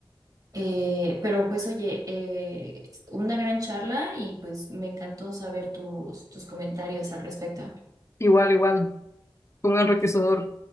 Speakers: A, on the right; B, on the left.
A: Eh, pero pues oye, eh, una gran charla y pues me encantó saber tus, tus comentarios al respecto.
B: Igual, igual, un enriquecedor.